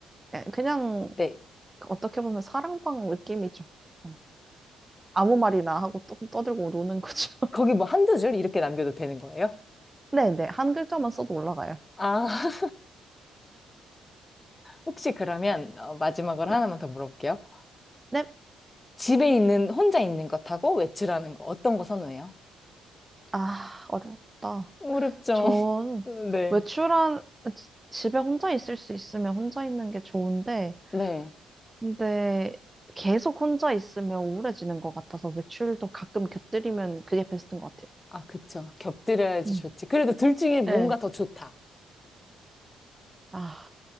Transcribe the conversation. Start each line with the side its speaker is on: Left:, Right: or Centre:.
Right: 예, 그냥
Left: 네.
Right: 어떻게 보면 사랑방 느낌이죠. 그냥 아무 말이나 하고 떠, 떠들고 노는 거죠. <laughs>
Left: 거기 뭐 한두 줄 이렇게 남겨도 되는 거예요?
Right: 네네, 한 글자만 써도 올라가요.
Left: 아, 혹시 그러면 어, 마지막으로
Right: 네.
Left: 하나만 더 물어볼게요.
Right: 넵.
Left: 집에 있는, 혼자 있는 것하고 외출하는 거 어떤 거 선호해요?
Right: 아, 어렵다.
Left: 어렵죠.
Right: 전
Left: <laughs> 네.
Right: 외출한, 지- 집에 혼자 있을 수 있으면 혼자 있는 게 좋은데,
Left: 네.
Right: 근데 계속 혼자 있으면 우울해지는 것 같아서 외출도 가끔 곁들이면 그게 베스트인 것 같아요.
Left: 아, 그쵸. 곁들여야지
Right: 음.
Left: 좋지. 그래도 둘 중에 뭔가
Right: 네.
Left: 더 좋다.
Right: 아,